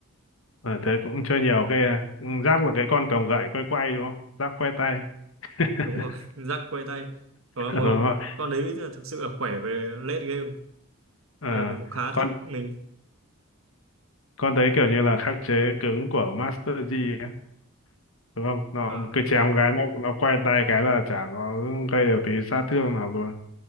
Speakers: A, on the left; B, on the right.
A: ờ, thế cũng chơi nhiều cái à. ừ, Jack là cái con cầm gậy quay quay đúng không Jack quay tay <laughs>
B: đúng rồi <laughs> rắc quay tay đó mà
A: đúng rồi
B: con đấy là thực sự là khỏe về late game
A: ờ
B: nên là mình cũng khá
A: con
B: thích mình
A: con đấy kiểu như là khắc chế cứng của Master Yi ấy, đúng không nó
B: ờ,
A: cứ chém cái nó nó quay tay cái là chả có gây được tí sát thương nào luôn